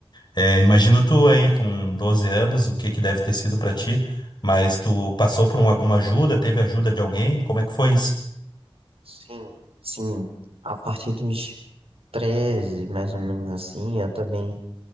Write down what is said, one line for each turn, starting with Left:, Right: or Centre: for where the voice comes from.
Left: É, imagina tu aí com 12 anos, o que que deve ter sido pra ti, mas tu passou por um- alguma ajuda, teve ajuda de alguém? Como é que foi isso?
Right: Sim, sim. A partir dos 13 mais ou menos assim, eu também.